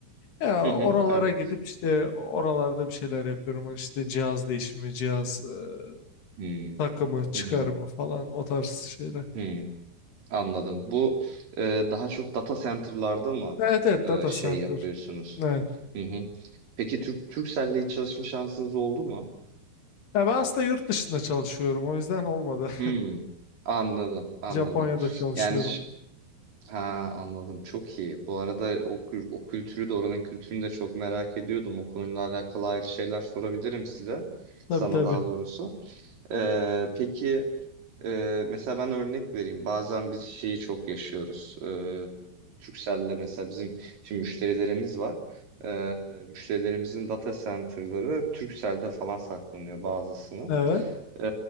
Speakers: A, on the left; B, on the right.
A: Ya
B: Hı hı.
A: oralara
B: Evet.
A: gidip işte oralarda bir şeyler yapıyorum. Hani işte cihaz değişimi, cihaz e,
B: Hı
A: takımı, çıkarımı
B: hı. hı.
A: falan o tarz şeyler.
B: Hı. Anladım. Bu e, daha çok data center'larda mı
A: Evet evet
B: e,
A: data
B: şey
A: center.
B: yapıyorsunuz?
A: Evet.
B: Hı hı. Peki Türk Turkcell'le hiç çalışma şansınız oldu mu?
A: Ya ben aslında yurt dışında çalışıyorum o yüzden olmadı.
B: Hmm, anladım, anladım.
A: <laughs> Japonya'da çalışıyorum.
B: Yani şu- ha anladım. Çok iyi. Bu arada o, kü- o kültürü de oranın kültürünü de çok merak ediyordum. O konuyla alakalı ayrı şeyler sorabilirim size.
A: Tabii
B: Sana
A: tabii.
B: daha doğrusu. Ee, peki e, mesela ben örnek vereyim. Bazen biz şeyi çok yaşıyoruz. Ee, Turkcell'le mesela bizim şimdi müşterilerimiz var. Ee, müşterilerimizin data center'ları Turkcell'de falan saklanıyor bazısının.
A: Evet
B: Ee,